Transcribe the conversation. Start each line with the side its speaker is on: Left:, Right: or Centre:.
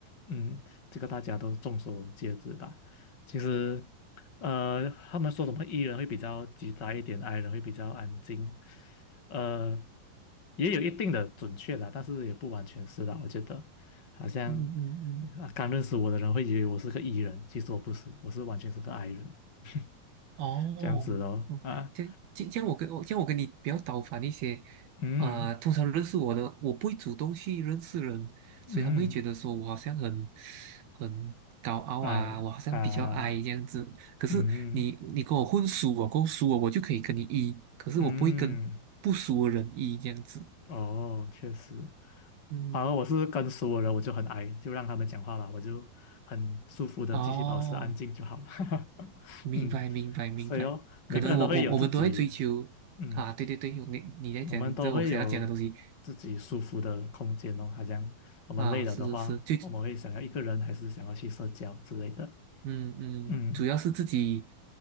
Left: 嗯，这个大家都众所皆知吧。其实，呃，他们说什么 E 人会比较急躁一点，I 人会比较安静，呃，也有一定的准确啦，但是也不完全是啦，我觉得。好像
Right: 嗯嗯嗯。嗯
Left: 啊刚认识我的人会以为我是个 E 人，其实我不是，我是完全是个 I 人，<laughs>
Right: 哦，
Left: 这样子咯啊，
Right: 哦，这这这样我跟我这样我跟你比较倒反一些，
Left: 嗯
Right: 啊、通常认识我的，我不会主动去认识人，
Left: 嗯，
Right: 所以他们会觉得说我好像很很高傲啊，
Left: 哎啊，
Right: 我好像比较矮这样子。可是你你跟我混熟我够熟了，
Left: 嗯
Right: 我就可以跟你一，可是我不会跟不熟的人一这样子。
Left: 嗯，哦，确实，
Right: 嗯，
Left: 反而我是跟熟的人我就很 I，就让他们讲话吧，我就很舒服的继续保持安静就好了，
Right: 哦，
Left: <laughs>
Right: 明白明白明白，
Left: 嗯，所以哦，每个人都会有自己，
Right: 可能我我我们都在追求啊，
Left: 嗯。
Right: 对对对，你你在讲这我想要讲的东西。
Left: 我们都会有自己舒服的空间哦，好像我们累了的话，
Right: 啊，是是是，最，
Left: 我们会想要一个人，还是想要去社交之类的。
Right: 嗯嗯，
Left: 嗯
Right: 主要是自己